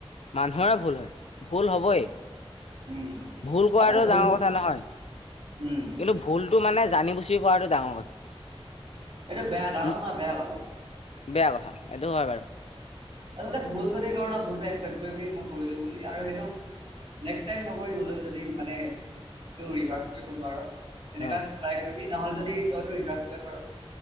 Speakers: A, on the left; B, on the right.
A: মানুহৰ এই ভুল হয়, ভুল হ'বই।
B: উম
A: ভুল কৰাটো
B: আচলতে ভুল
A: ডাঙৰ কথা নহয়,
B: উম
A: কিন্তু ভুলটো মানে জানি বু কি কৰাৱাটো ডাঙৰ কথা।
B: এইটো বেয়া ডাঙৰ কথা
A: উম'
B: নহয় বেয়া কথা।
A: বেয়া কথা। এইটো হয় বাৰু।
B: আচলতে ভুল যদি কৰ ন, ভুলটো একচেপ্ট কৰিবি। মই কৰিলো বুলি আৰু সেইটো নেক্স্ টাইম নকৰিবলৈ, যদি মানে এইটো ৰিভাচ্ কৰিব নোৱাৰ। সেনেকা
A: অ
B: তাই কৰিবি। নহ'লে যদি তইতো ৰিভাচ্ এই নকৰ।